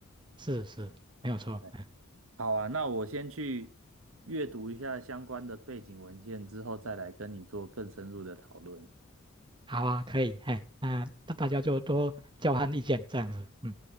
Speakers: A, on the right; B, on the right.
A: 是是，没有错。
B: 对，
A: 嗯
B: 好啊，那我先去阅读一下相关的背景文献，之后再来跟你做更深入的讨论。
A: 好啊，可以，哎，那大大家就多交换意见这样子，嗯。